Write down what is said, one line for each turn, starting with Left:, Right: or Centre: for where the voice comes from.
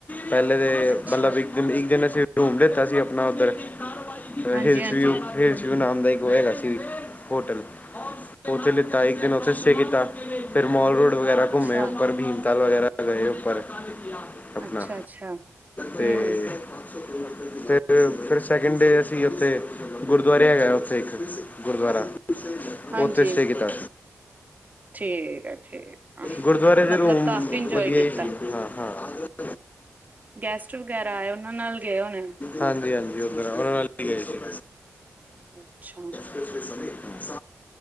Left: ਪਹਿਲੇ ਦੇ
Right: ਅੱਛਾ
Left: ਮਤਲਬ ਇੱਕ ਦਿਨ, ਇੱਕ ਦਿਨ ਅਸੀਂ ਰੂਮ ਲਤਾ ਸੀ, ਆਪਣਾ ਉੱਧਰ
Right: ਹਾਂਜੀ
Left: ਹਿਲਸਵਿੳ,
Right: ਹਾਂਜੀ
Left: ਹਿਲਸਵਿੳ ਨਾਮ ਦਾ ਇੱਕ ਉਹ ਹੈਗਾ ਸੀ, ਹੋਟਲ। ਉਥੇ ਲਿਤਾ, ਇਕ ਦਿਨ
Right: ਅੱਛਾ
Left: ਉਥੇ ਸਟੇ ਕੀਤਾ, ਫਿਰ ਮਾਲ ਰੋਡ ਵਗੈਰਾ
Right: ਅੱਛਾ
Left: ਘੁੰਮੇ ਉੱਪਰ ਭੀਮ ਤਾਲ ਵਗੈਰਾ ਗਏ ਉੱਪਰ ਆਪਣਾ,
Right: ਅੱਛਾ ਅੱਛਾ
Left: ਤੇ
Right: ਹਮ
Left: ਪੰਜ ਸੌ ਦੋੜ ਤੇ ਫਿਰ ਸੈਕਿੰਡ ਡੇ ਅਸੀਂ ਉਥੇ, ਗੁਰਦੁਆਰੇ ਹੈਗਾ ਉਥੇ ਇਕ, ਗੁਰਦੁਆਰਾ।
Right: ਹਾਂਜੀ
Left: ਉੱਥੇ ਸਟੇ ਕੀਤਾ।
Right: ਠੀਕ ਹ ਠੀਕ,
Left: ਗੁਰਦੁਆਰੇ ਦੇ
Right: ਮਤਲਬ
Left: ਰੂਮ
Right: ਕਾਫੀ ਇੰਜੋਏ
Left: ਵਧੀਆ
Right: ਕੀਤਾ?
Left: ਹੀ ਸੀ ਹਾਂ, ਹਾਂ।
Right: ਗੈਸਟ ਵਗੈਰਾ ਆਏ, ਉਹਨਾਂ ਨਾਲ ਗਏ ਹੋਣੇ?
Left: ਹਾਂਜੀ ਹਾਂਜੀ ਉਧਰ, ਉਹਨਾਂ ਨਾਲ ਹੀ ਗਏ ਸੀ।
Right: ਅੱਛਾ
Left: ਛ ਸਮੇਤ ਸ